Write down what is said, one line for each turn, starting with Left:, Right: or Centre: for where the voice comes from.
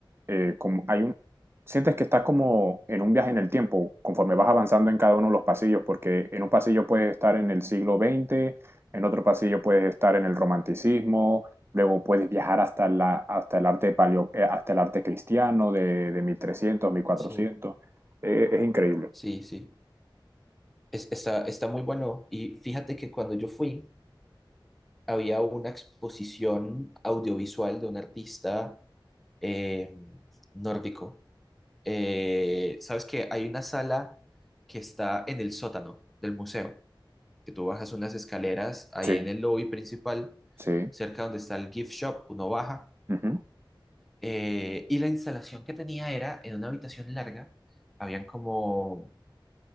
Right: eh, como, hay un, sientes que estás como en un viaje en el tiempo, conforme vas avanzando en cada uno de los pasillos, porque en un pasillo puedes estar en el siglo veinte, en otro pasillo puedes estar en el romanticismo, luego puedes viajar hasta la, hasta el arte paleo- eh, hasta el arte cristiano de, de 1300, 1400,
Centre: Sí,
Right: Eh, es increíble.
Centre: sí, sí. Es- está, está muy bueno. Y fíjate que cuando yo fui, había una exposición audiovisual de un artista eh, nórdico Eh, ¿sabes qué? Hay una sala que está en el sótano del museo, que tú bajas unas escaleras ahí
Right: Sí,
Centre: en el lobby principal,
Right: sí,
Centre: cerca donde está el gift shop, uno baja.
Right: ujú,
Centre: Eh, y la instalación que tenía era en una habitación larga, habían como,